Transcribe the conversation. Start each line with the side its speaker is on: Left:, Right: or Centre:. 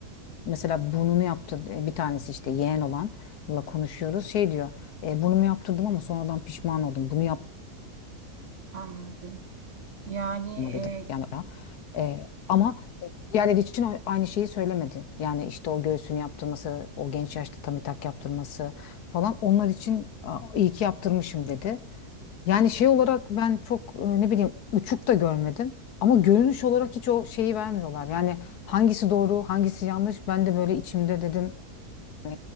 Left: mesela burnunu yaptı e, bir tanesi işte yeğen olanla konuşuyoruz. Şey diyor e, burnumu yaptırdım ama sonradan pişman oldum. Bunu
Right: Anladım. Yani
Left: yapmamalıydım
Right: e,
Left: yani. E, ama Diğerleri için o- aynı şeyi söylemedi. Yani işte o göğsünü yaptırması, o genç yaşta tummy tuck yaptırması falan onlar için "Aa, iyi ki yaptırmışım dedi. Yani şey olarak ben çok e, ne bileyim uçuk da görmedim. Ama görünüş olarak hiç o şeyi vermiyorlar. Yani hangisi doğru, hangisi yanlış ben de böyle içimde dedim e,